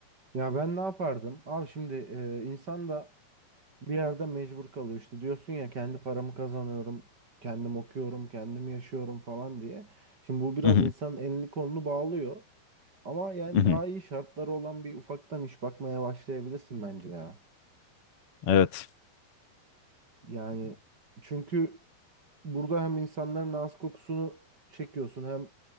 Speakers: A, on the right; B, on the left.
A: Ya ben ne yapardım? Abi şimdi e, insan da bir yerde mecbur kalıyor işte. Diyorsun ya kendi paramı kazanıyorum. Kendim okuyorum. Kendim yaşıyorum falan diye. Şimdi bu biraz
B: Hı hı,
A: insanın elini kolunu bağlıyor. Ama yani
B: hı hı.
A: daha iyi şartları olan bir ufaktan iş bakmaya başlayabilirsin bence ya.
B: Evet.
A: Yani çünkü burada hem insanların ağız kokusunu çekiyorsun hem